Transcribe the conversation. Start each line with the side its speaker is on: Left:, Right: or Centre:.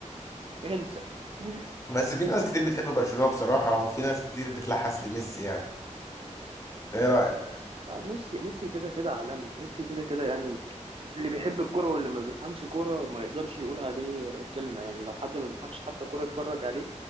Right: انسى <laughs>
Left: بس في ناس كتير بتحب برشلونه بصراحه وفي ناس كتير بتلحس لميسي يعني انت ايه رايك
Right: آه، ميسي ميسي كده كده عالمي ميسي كده كده يعني اللي بيحب الكرة واللي ما بيفهمش كرة ما يقدرش يقول عليه كلمة يعني لو حد ما بيفهمش حتى كرة اتفرج عليه